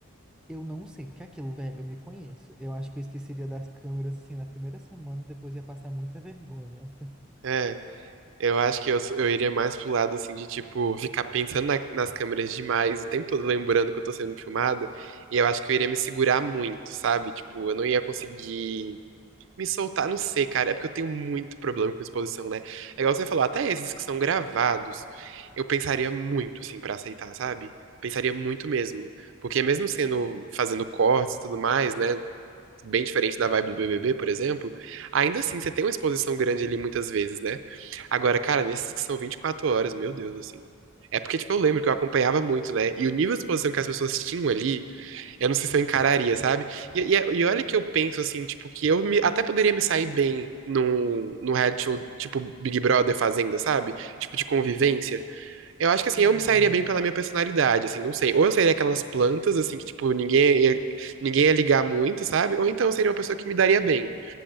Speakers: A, in the centre; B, on the right.
A: eu não sei, porque é aquilo, velho, eu me conheço. Eu acho que eu esqueceria das câmeras assim na primeira semana e depois ia passar muita vergonha.
B: É, eu acho que eu, sou- eu iria mais pro lado, assim, de, tipo, ficar pensando na- nas câmeras demais, o tempo todo lembrando que eu tô sendo filmado, e eu acho que eu iria me segurar muito, sabe? Tipo, eu não ia conseguir me soltar, não sei, cara, é porque eu tenho muito problema com exposição, né? É igual você falou, até esses que são gravados, eu pensaria muito, assim, pra aceitar, sabe? Pensaria muito mesmo, porque mesmo sendo, fazendo cortes e tudo mais, né? bem diferente da vibe do BBB, por exemplo, ainda assim você tem uma exposição grande ali muitas vezes, né? Agora, cara, nesses que são 24 horas, meu Deus, assim. É porque, tipo, eu lembro que eu acompanhava muito, né? E o nível de exposição que as pessoas tinham ali, eu não sei se eu encararia, sabe? E, e, é, e olha que eu penso, assim, tipo, que eu me, até poderia me sair bem num, num reality show, tipo, Big Brother Fazenda, sabe? Tipo, de convivência. Eu acho que
A: Sim,
B: assim, eu me sairia bem pela minha personalidade, assim, não sei. Ou eu seria aquelas plantas, assim, que, tipo, ninguém ia, ninguém ia ligar muito, sabe? Ou então eu seria uma pessoa que me daria bem.